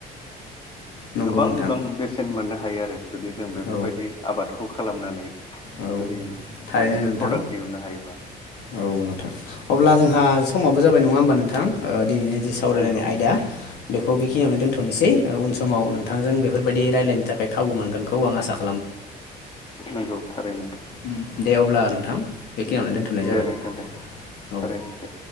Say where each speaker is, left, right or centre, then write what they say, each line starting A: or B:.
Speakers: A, on the left; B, on the left.
A: नंगौ
B: गोबां
A: नोंथां
B: बिबां बेसेन मोननो हायो आरो जुदि जों बेफोर
A: औ
B: बायदि आबादखौ खालामनानै
A: औ
B: जुदि
A: थारैनो
B: मोनसे
A: नोंथां
B: प्रडाक्ट दिहुननो हायोबा
A: औ नोंथां अब्ला जोंहा समाबो जाबाय नङा होमबा नोंथां ओ दिनैनि जि सावरायलायनाय
B: नंगौ
A: आयदा। बेखौ बेखिनियावनो दोनथनोसै उन समाव नोंथांजों बेफोरबायदि रायलायनो थाखाय खाबु मोनगोनखौ आं आसा खालाम
B: नंगौ थारैनो।
A: उम दे अब्ला नोंथां बेखिनियावनो दोनथनाय जाबाय
B: दे नोंथां
A: दे औ।
B: थारैनो दे